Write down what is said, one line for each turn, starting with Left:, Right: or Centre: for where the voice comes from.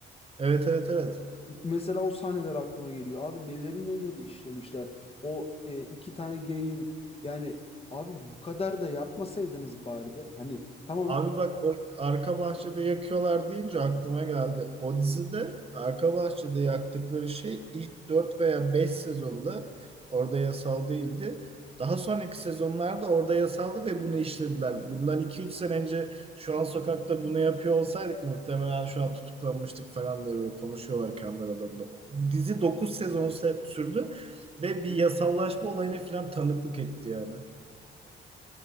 Right: Evet evet evet.
Left: Mesela o sahneler aklıma geliyor. Abi neleri neleri işlemişler. O e, iki tane geyin yani abi bu kadar da yapmasaydınız bari be. Hani tamam
Right: Abi bak o arka bahçede yakıyorlar deyince aklıma geldi. O dizide arka bahçede yaktıkları şey ilk 4 veya 5 sezonda orada yasal değildi. Daha sonraki sezonlarda orada yasaldı ve bunu işlediler. Bundan iki üç sene önce şu an sokakta bunu yapıyor olsaydık muhtemelen şu an tutuklanmıştık falan diye böyle konuşuyorlar kendi aralarında. Dizi 9 sezon se- sürdü ve bir yasallaşma olayına falan tanıklık etti yani.